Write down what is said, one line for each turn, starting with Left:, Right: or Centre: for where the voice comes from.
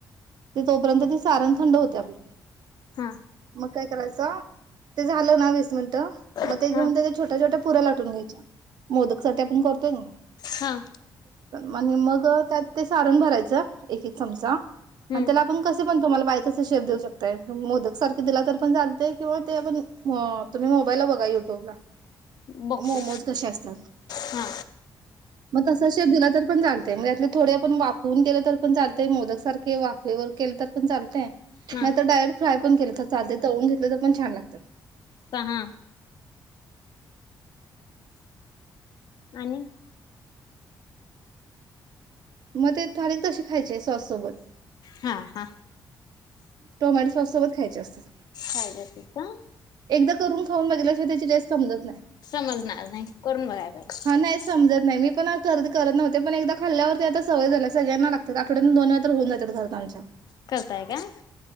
Right: ते तोपर्यंत ते सारण थंड होतेय आपल,
Left: हा
Right: मग काय करायचं? ते झालं ना वीस मिनटं? मग
Left: हा
Right: ते घऊन त्याच्या छोट्या छोट्या पुऱ्या लाटून घ्यायच्या मोदकसाठी आपण करतोय ना
Left: हां
Right: मग मग त्यात ते सारण भरायचं एक एक चमचा
Left: हम्म
Right: आणि त्याला आपण कसे पण तुम्हाला पाहिजे तसे शेप देऊ शकताय, मोदक सारखे, दिला तर पण चालते. किंवा ते आपण तुम्ही मोबाईलला बघा युट्यूबला
Left: बघते
Right: मोमोज कसे असतात
Left: हा
Right: मग तस शेप दिला तर पण चालतय, मग त्यातले थोडे आपण वाफवून केलं तर पण चालतय मोदक सारखं. वाफे वर केलं तर पण चालतय,
Left: हा
Right: नाही तर डायरेक्ट फ्राय पण केले तर चालतंय तळून घेतले तरी पण छान लागतात.
Left: सहा आणि
Right: मग ते खारी तसे खायचेय सॉस सोबत
Left: हा हा
Right: टोमॅटो सॉससोबत खायचे असतात.
Left: पाहिजे असेल का
Right: एकदा करून खाऊन बघितल्या शिवाय त्याची टेस्ट समजत नाही.
Left: समजणार नाही करून बघायला पाहिजे.
Right: हा नाही समजत नाही मी पण आदि करत नव्हते. पण एकदा खाल्ल्यावरती आता सवय झाल्या सगळ्यांना लागतात आठवड्यात दोन वेळा तर होऊन जात घरातआमच्या
Left: करताय काय